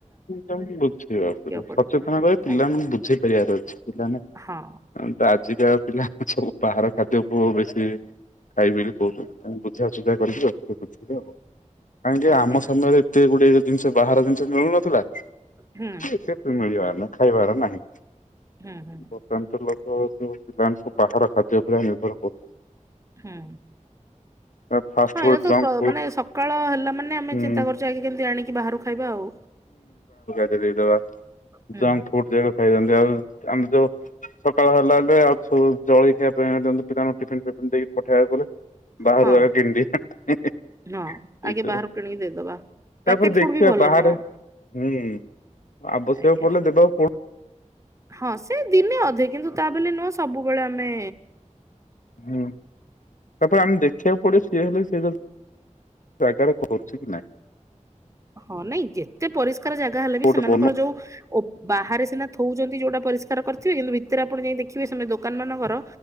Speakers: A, on the left; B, on the right.
A: ତ ବୁଝିବା ଉପରେ
B: ପଡିବ
A: ସଚେତନ କରି ପିଲାମାନଙ୍କୁ
B: ଆଜ୍ଞା
A: ବୁଝେଇ ପାରେଇବାର ଅଛି ପିଲାମାନେ
B: ହଁ
A: ତ ଆଜିକା ପିଲା। ସବୁ ବାହାର ଖାଦ୍ୟକୁ ଆ ବେଶୀ ଖାଇବି ବୋଲି କହୁଛନ୍ତି ତାଙ୍କୁ ବୁଝାସୁଝା କରିକି ଆଉ ବୁଝିଇଲେ ହବ କାହିଁକି
B: ଆଜ୍ଞା
A: ଆମ ସମୟରେ ଏତେ ଗୋଟେ ଜିନିଷ ବାହାର ଜି ମିଳୁନଥିଲା
B: ହୁଁ
A: ସେ ମିଳିବାର ନା ଖାଇବାର ନାହିଁ ବର୍ତ୍ତମାନ
B: ହୁଁ ହୁଁ
A: ତ ଲୋକ ସବୁ ବାମ ବାହାର ଖାଦ୍ୟ ଉପରେ ନିର୍ଭର କରୁଛନ୍ତି।
B: ହୁଁ।
A: ଫାଷ୍ଟ
B: ହଁ ଏଇରା
A: ଫୁଡ୍
B: ସ
A: ଜଙ୍କ
B: ପ୍ର
A: ଫୁଡ୍
B: ମାନେ ସକାଳ ହେଲା ମାନେ ଆମେ
A: ହୁଁ
B: ଚିନ୍ତା କରୁଛୁ ଆଗେ କେମତି ଆଣି ବାହାରୁ ଖାଇବା ଆଉ।
A: ଦେଇଦବାଙ୍କ
B: ହୁଁ
A: ଫୁଡ ଯାକ ଖାଇନ୍ତି ଆଉ ଆମ ଯୋଉ ସକାଳ ହେଲା ଆଉ ସବୁ ଜଳିଖିଆ ପାଇଁ ପିଲାଙ୍କୁ ଟିଫିନ ଦେଇକି ପଠେଇବାକୁ ପଡେ, ବାହାରେ
B: ହଁ
A: <unintelligible>
B: ହଁ
A: ଦେଇଦବା,
B: ଆଗେ ବାହାରୁ କିଣିକି ଦେଇଦବା। ପ୍ୟାକେଟ
A: ତାପରେ
B: ଫୁଡ
A: ଦେଖିବା
B: ବି ଭଲ
A: ବାହାରେ
B: ନୁହଁ
A: <unintelligible> ଆବଶ୍ୟକ
B: ଆଜ୍ଞା
A: ପଡ଼ିଲେ ଦେବାକୁ ପଡୁ
B: ହଁ ସେ ଦିନେ ଅଧେ କିନ୍ତୁ ତା ବୋଲି ନୁହଁ ସବୁବେଳେ ଆମେ
A: ହୁଁ, ତାପରେ ଆମେ ଦେଖ ଖିଆ ପଡେ ସିଏ ହେଲେ ସେ ଜାଗାରେ କର ସେଖିନାଇ
B: ହଁ ନାଇଁ ଯେତେ ପରିଷ୍ ଜାଗା ହେଲେ
A: ଗୋଟେ
B: ବି, ସେମାନଙ୍କର
A: ବନଉ
B: ଯୋଉ ବାହାରେ ସିନା ଥଉଛନ୍ତି ଯଉଟା ପରିଷ୍କାର କରିଥିବ କିନ୍ତୁ ଭିତରେ ଆପଣ ଯାଇ ଦେ ଦେଖିବେ ସେମିତି ଦୋକାନ ମାନଙ୍କର